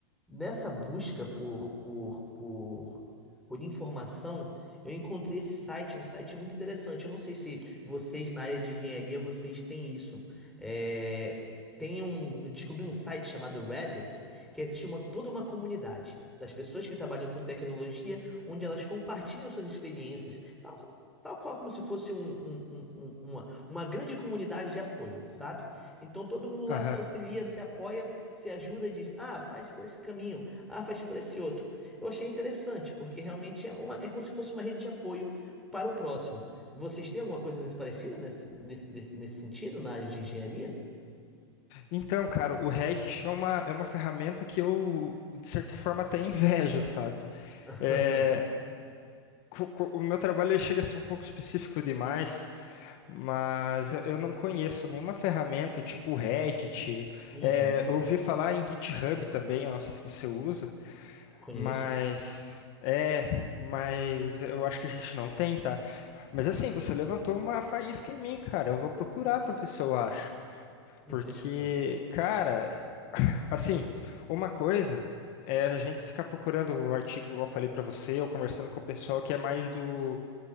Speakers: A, in the centre; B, on the left.
A: Nessa busca por, por, por, por informação, eu encontrei esse site, um site muito interessante. Eu não sei se vocês na área de engenharia vocês têm isso. É, tem um, eu descobri um site chamado Reddit, que existe uma, toda uma comunidade das pessoas que trabalham com tecnologia, onde elas compartilham suas experiências, tal, co- tal qual como se fosse um, um- um- um- uma, uma grande comunidade de apoio, sabe? Então todo mundo lá
B: aham.
A: se auxilia, se apoia, se ajuda e diz: ah, faz por esse caminho, ah, faz por esse outro. Eu achei interessante, porque realmente é, uma, é como se fosse uma rede de apoio para o próximo. Vocês têm alguma coisa nesse, parecida nesse, nesse, nesse, nesse sentido na área de engenharia?
B: Então, cara, o Reddit é uma, é uma ferramenta que eu, de certa forma, até invejo, sabe?
A: <laughs>
B: É, co- co- o meu trabalho ele chega a ser um pouco específico demais, mas eu, eu não conheço nenhuma ferramenta tipo o Reddit.
A: Uhum.
B: É, eu ouvi falar em GitHub também, eu não sei se você usa,
A: Conheço.
B: mas. É, mas eu acho que a gente não tem, tá? Mas assim, você levantou uma faísca em mim, cara. Eu vou procurar pra ver se eu acho.
A: Interessante.
B: Porque, cara, <laughs> <clears throat> assim, uma coisa é a gente ficar procurando o artigo, igual eu falei pra você, ou conversando com o pessoal que é mais do,